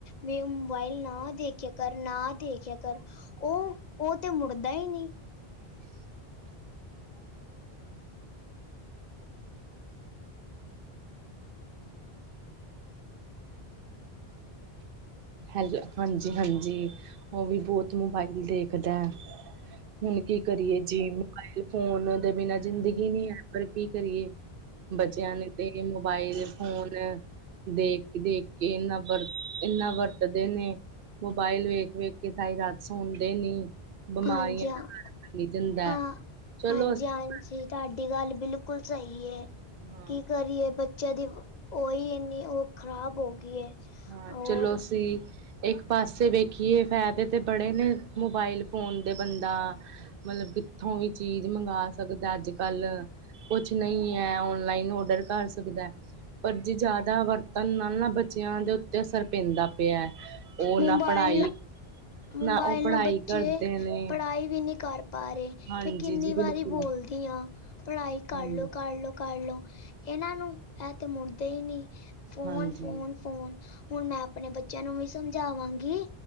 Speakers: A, on the left; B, on the right.
A: ਵੀ ਮੋਬਾਇਲ ਨਾ ਦੇਖਿਆ ਕਰ ਨਾ ਦੇਖਿਆ ਕਰ ਉਹ ਉਹ ਤੇ ਮੁੜਦਾ ਈ ਨੀ।
B: <inaudible> ਹੈਲ ਹਾਂਜੀ ਹਾਂਜੀ, ਉਹ ਵੀ ਬਹੁਤ ਮੋਬਾਈਲ ਦੇਖਦਾ ਐ। ਹੁਣ ਕੀ ਕਰੀਏ ਜੀ ਮੋਬਾਇਲ ਫੋਨ ਦੇ ਬਿਨਾਂ ਜ਼ਿੰਦਗੀ ਈ ਨੀ ਐ ਪਰ ਕੀ ਕਰੀਏ। ਬੱਚਿਆਂ ਨੇ ਤੇ ਮੋਬਾਈਲ ਫੋਨ ਦੇਖ ਕੇ ਦੇਖ ਕੇ ਇਨਾ ਵਰ ਇਨਾ ਵਰ ਦੇ ਨੇ, ਮੋਬਾਇਲ ਵੇਖ ਵੇਖ ਕੇ ਸਾਰੀ ਰਾਤ ਸੋਦੇ ਨੀ। ਬਿਮਾਰੀਆਂ
A: ਹਾਂਜੀ-ਹਾਂ,
B: ਦਾ ਘਰ ਬਣੀ ਜਾਂਦਾ
A: ਹਾਂ-ਹਾਂਜੀ-ਹਾਂਜੀ।
B: ਚਲੋ ਅਸੀਂ
A: ਤੁਹਾਡੀ ਗੱਲ ਬਿਲਕੁਲ ਸਈ
B: ਹਾਂ
A: ਕੀ ਕਰੀਏ ਬੱਚੇ ਜਦੀ ਉਹੀ ਇਨੀ ਉਹ ਖਰਾਬ ਹੌ ਗਈ
B: ਹਾਂ
A: ਔਰ
B: ਚਲੋ ਅਸੀ ਇਕ ਪਾਸੇ ਵੇਖੀਏ ਫਾਇਦੇ ਤਾਂ ਬੜੇ ਨੇ ਮੋਬਾਈਲ ਫੋਨ ਦੇ ਬੰਦਾ ਮਤਲਬ ਕਿਥੋ ਵੀ ਚੀਜ ਮੰਗਵਾ ਸਕਦਾ ਅੱਜ ਕੱਲ ਕੁਛ ਨੀ ਐ ਹੁਣ ਨਈ ਔਡਰ ਕਰ ਸਕਦਾ ਐ, ਪਰ ਜੇ ਜਿਆਦਾ ਵਰਤਣ ਨਾ ਨਾ ਬੱਚਿਆਂ ਦੇ ਉਤੇ ਅਸਰ ਪੀਦਾ ਪਿਆ, ਉਹ ਨਾ
A: ਮੋਬਾਇਲ
B: ਪੜ੍ਹਾਈ
A: ਮੋਬਾਇਲ
B: ਨਾ ਉਹ ਪੜ੍ਹਾਈ
A: ਨਾਲ ਬੱਚੇ
B: ਕਰਦੇ ਨੇ
A: ਪੜ੍ਹਾਈ ਵੀ ਨਹੀ ਕਰ ਪਾ ਰਹੇ
B: ਹਾਂਜੀ
A: ਫੇਰ ਕਿਨੀ
B: ਜੀ ਬਿਲਕੁਲ
A: ਵਾਰੀ ਬੋਲਦੇ ਬੋਲਦੀ ਆਂ ਪੜ੍ਹਾਈ ਕਰਲੋ-ਕਰਲੋ-ਕਰਲੋ
B: ਹਾਂਜੀ
A: ਇਹਨਾ ਨੂੰ ਤੇ ਮੁੜਦੇ ਹੀਨੀ ਫੋਨ-ਫੋਨ-ਫੋਨ
B: ਹਾਂਜੀ
A: ਹੁਣ ਮੈ ਆਪਣੇ ਬੱਚਿਆਂ ਨੂੰ ਵੀ ਸਮਝਾਵਾਂਗੀ